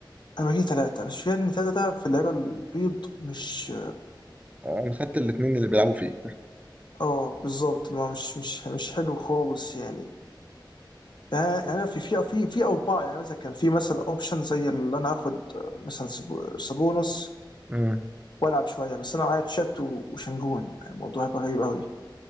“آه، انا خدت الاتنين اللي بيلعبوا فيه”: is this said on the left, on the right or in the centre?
Right